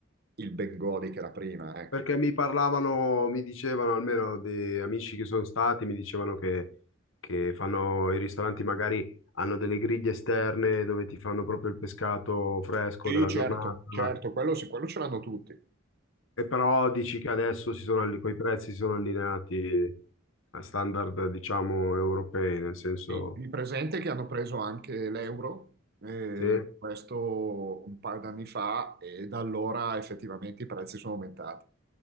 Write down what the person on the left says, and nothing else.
Perché mi parlavano, mi dicevano, almeno di amici che sono stati, mi dicevano che, che fanno i ristoranti, magari hanno delle griglie esterne dove ti fanno proprio il pescato fresco
della
giornata,
e però dici che adesso si sono, alli- coi prezzi si sono allineati a standard, diciamo, europei, nel senso...
Sì?